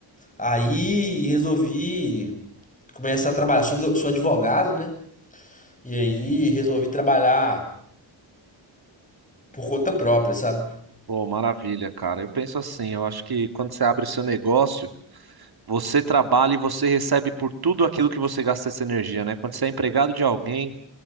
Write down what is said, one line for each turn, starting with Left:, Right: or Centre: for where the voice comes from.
Left: Aí resolvi começar a trabalhar. Sou, do- sou advogado, né? E aí resolvi trabalhar por conta própria, sabe?
Right: Pô, maravilha, cara. Eu penso assim, eu acho que quando você abre o seu negócio, você trabalha e você recebe por tudo aquilo que você gasta essa energia, né? Quando você é empregado de alguém,